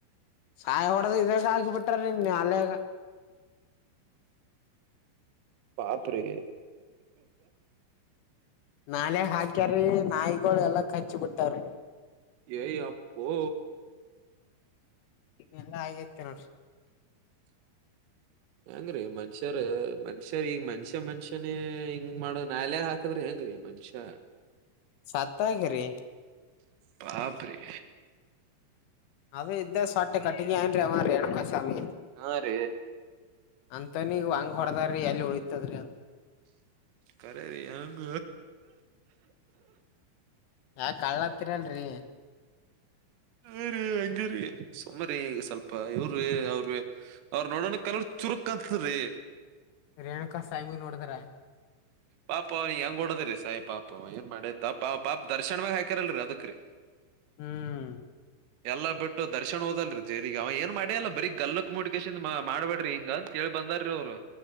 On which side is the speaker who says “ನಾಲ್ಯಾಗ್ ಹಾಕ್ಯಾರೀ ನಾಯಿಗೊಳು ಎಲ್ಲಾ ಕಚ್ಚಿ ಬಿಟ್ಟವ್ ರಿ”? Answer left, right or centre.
Left